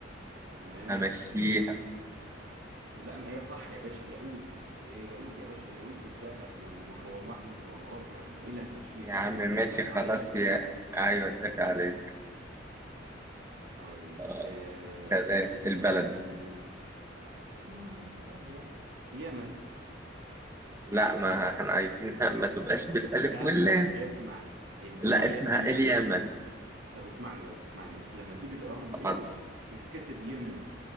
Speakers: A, on the right (about 85°); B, on the right (about 15°).
A: تمام
B: امشيها
A: لا ما هي صح يا باشا ياقوت ايه ياقوت يا باشا الياقوت والذهب والمجوهر واحد من الجوهرات يعني ايه اللي هتمشيها
B: يا
A: انت
B: عم
A: هت-
B: ماشي
A: هتتذاكى
B: خلاص
A: عليا
B: يا ايوه ازيك عليك
A: طيب
B: آه،
A: آه
B: تمام
A: اسم
B: البلد
A: آه يعني سهلة يمن
B: لا ما احنا عايزينها <laughs> ما تبقاش بالألف
A: لا
B: واللام
A: ما اسمع ال...
B: لا
A: هي
B: اسمها
A: هي
B: اليمن
A: لم... طب اسمعني بس اسمعني بس لما تيجي تقراها بالانجلش
B: طب
A: بتتكتب يمن